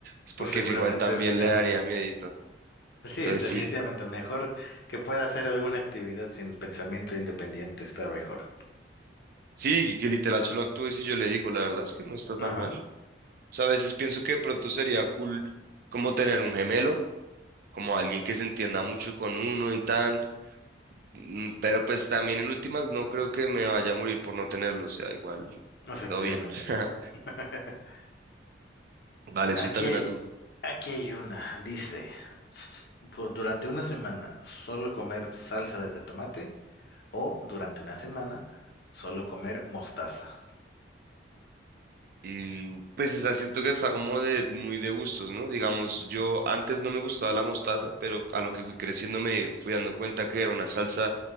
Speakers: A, on the right; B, on the left.
A: es porque
B: Pues seguramente,
A: fijo, a él también
B: ajá.
A: le daría miedito.
B: Sí,
A: Entonces
B: es definitivamente
A: sí,
B: mejor que pueda hacer alguna actividad sin pensamiento independiente, está mejor.
A: sí, que que literal solo actúe si yo le digo, la verdad es que no está tan
B: Ajá,
A: mal. O sea, a veces pienso que de pronto sería cool como tener un gemelo, como alguien que se entienda mucho con uno y tal Mm, Pero pues también en últimas no creo que me vaya a morir por no tenerlo, o sea, igual,
B: efectivamente.
A: todo bien. <laughs>
B: <laughs>
A: Vale,
B: Aquí
A: también
B: hay,
A: a tú.
B: aquí hay una, dice, s- por- durante una semana solo comer salsa de tomate O durante una semana, solo comer mostaza.
A: Mm, Pues esa siento que está como de muy de gustos, ¿no? Digamos, yo antes no me gustaba la mostaza, pero a lo que fui creciendo me fui dando cuenta que era una salsa